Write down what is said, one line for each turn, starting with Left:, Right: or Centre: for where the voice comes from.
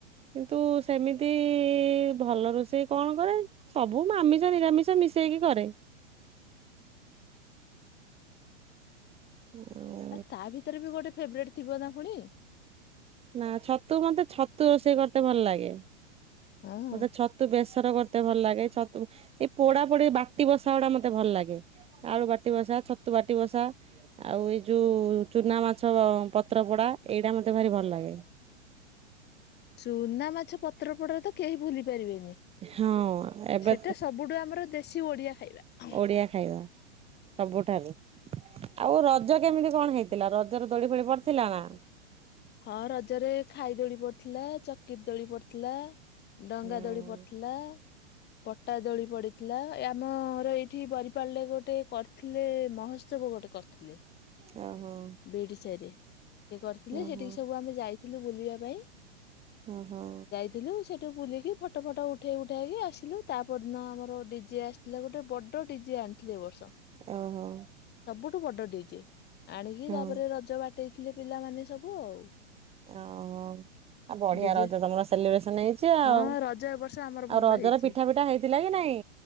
Right: କିନ୍ତୁ ସେମିତି-ଇ-ଇ-ଇ ଭଲ ରୋଷେଇ କଣ କରେ? ସବୁ ମାମିଷ ନିରାମିଷ ମିଶେଇକି କରେ। <unintelligible>
Left: ଆ ତା ଭିତରେ ବି ଗୋଟେ ଫେବରେଟ୍ ଥିବ ନା ପୁଣି?
Right: ନା ଛତୁ ମତେ ଛତୁ ରୋଷେଇ କରତେ ଭଲ ଲାଗେ।
Left: ହଁ
Right: ମତେ ଛତୁ ବେସର କରତେ ଭଲ ଲାଗେ ଛତୁ ଏଇ ପୋଡାପୋଡି ବାଟିବସା ଗୁଡା ମତେ ଭଲ ଲାଗେ। ଆଳୁ ବାଟିବସା ଛତୁ ବାଟିବସା। ଆଉ ଏଇ ଯୋଉ ଚୁନା ମାଛ ପତ୍ର ପୋଡା ଏଇରା ମତେ ଭାରି ଭଲ ଲାଗେ।
Left: ଚୁନା ମାଛ ପତ୍ର ପୋଡା ତ କେହି ଭୁଲି ପାରିବେନି।
Right: ହଁ ଏବେ
Left: ସେଟା ସବୁଠୁ ଆମର ଦେଶୀ ଓଡିଆ ଖାଇବା।
Right: ବଢ଼ିଆ ଖାଇବା ସବୁଠାରୁ, ଆଉ ରଜ କେମିତି କଣ ହେଇଥିଲା ରଜରେ ଦୋଳି ଫୋଳି ପଡିଥିଲା ନା?
Left: ହଁ ରଜରେ ଖାଇ ଦୋଳି ପଡିଥିଲା ଚକ୍ରି ଦୋଳି ପଡିଥିଲା। ଡଙ୍ଗା ଦୋଳି
Right: ଓହୋ
Left: ପଡ଼ିଥିଲା, ପଟା ଦୋଳି ପଡିଥିଲା। ଏଇ ଆମ-ର ଏଇଠି ବରିପାଳିରେ ଗୋଟେ କରିଥିଲେ ମହୋତ୍ସବ ଗୋଟେ କରିଥିଲେ।
Right: ଓହୋ
Left: ବିଡିସାହିରେ ସେ କରିଥିଲେ
Right: ଓହୋ
Left: ସେଠିକି ସବୁ ଆମେ ଯାଇଥିଲୁ ବୁଲିବା ପାଇଁ।
Right: ହଁ ହଁ।
Left: ଥିଲୁ ସେଠୁ ବୁଲିକି ଫଟୋ ଫଟୋ ଉଠେଇ ଉଠାଇକି ଆସିଲୁ ତାପରଦିନ ଆମର ଡିଜେ ଆସି ପିଲା ଗୋଟେ ବଡ଼ ଡିଜେ ଆଣିଥିଲେ ଏବର୍ଷ।
Right: ଓହୋ
Left: ସବୁଠୁ ବଡ ଡିଜେ ଆଣିକି
Right: ହଁ।
Left: ତାପରେ ରଜ ବାଟେଇଥିଲେ ପିଲାମାନେ ସବୁ ଆଉ।
Right: ଓହୋ ଆଉ ବଢ଼ିଆ
Left: ଡିଜେ
Right: ରଛ ତମର ସେଲିବ୍ରେସନ ହେଇଚି ଆଉ।
Left: ହଁ ରଜ ଏ ବର୍ଷ ଆମର
Right: ଆଉ
Left: ଭଲ
Right: ରଜରେ
Left: ହେଇଛି
Right: ପିଠା ଫିଠା ହେଇଥିଲାକି ନାଇଁ?